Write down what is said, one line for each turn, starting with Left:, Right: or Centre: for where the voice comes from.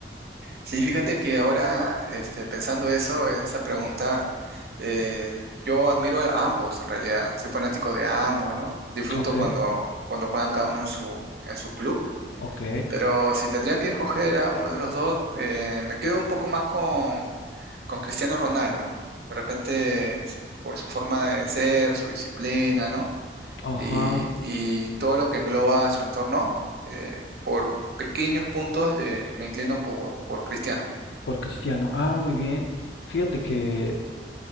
Right: Sí, fíjate que ahora, este, pensando eso, en esa pregunta, eh, yo admiro a ambos, en realidad. Soy fanático de ambos, ¿no? Disfruto
Left: Ok,
Right: cuando, cuando juegan cada uno en su, en su club.
Left: ok.
Right: Pero si tendría que escoger a uno de los dos, eh, me quedo un poco más con, con Cristiano Ronaldo. De repente, por su forma de ser, su disciplina, ¿no?
Left: Ajá,
Right: Y, y todo lo que engloba su entorno, eh, por pequeños puntos le- me inclino por, por Cristiano.
Left: por Cristiano. Ah, muy bien. Fíjate que